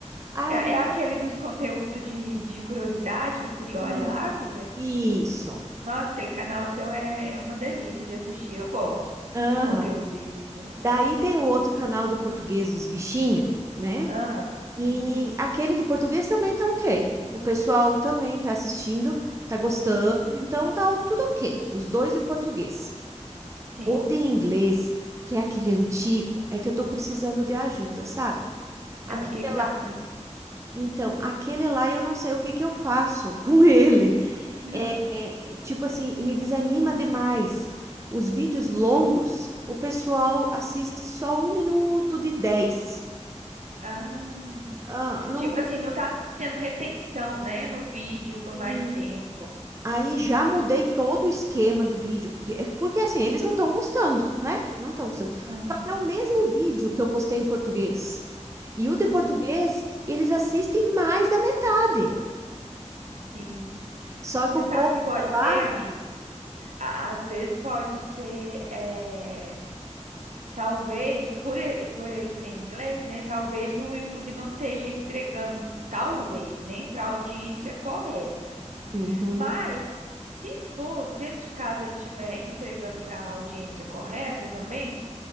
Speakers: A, on the right (about 25°); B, on the right (about 75°).
A: Aí,
B: É, é aquele dos conteúdos de, de curiosidade, do Curiolha
A: i-
B: lá, amiga?
A: isso.
B: Nossa, aquele canal seu é uma delícia de assistir. Eu gosto
A: Aham.
B: dos conteúdos dele, viu?
A: Daí tem o outro canal de português dos bichinhos, né?
B: Ah.
A: E
B: Uhum.
A: aquele de português também tá ok. O pessoal também tá assistindo, tá gostando,
B: Uhum.
A: então tá tudo ok. Os dois de português.
B: Sim.
A: O de inglês, que é aquele antigo, é que eu tô precisando de ajuda, sabe? Aquele
B: Ah, o que que
A: lá.
B: tá acontecendo?
A: Então, aquele lá eu não sei o que que eu faço <laughs> com ele.
B: Aham.
A: É, é, tipo assim, me desanima demais. Os vídeos longos,
B: Sim.
A: o pessoal assiste só um minuto de dez.
B: Ah.
A: Ah, não.
B: Tipo assim, não tá tendo retenção, né, no vídeo por
A: Isso.
B: mais tempo.
A: Aí já mudei todo o esquema do vídeo, que- é, porque assim, eles não estão gostando, né? Não estão gostando.
B: Ah,
A: Só que é o mesmo vídeo que eu postei em português. E o de
B: ah,
A: português, eles assistem mais da metade.
B: sim.
A: Só que
B: Você
A: o
B: sabe
A: povo
B: que pode
A: de
B: ser,
A: lá.
B: amiga? A- Às vezes pode ser, eh, talvez, por, e- por ele ser inglês, né? Talvez o YouTube não esteja entregando, talvez, né? Para a audiência correta.
A: Uhum.
B: Mas, se for, se ele de caso ele estiver entregando para a audiência correta também,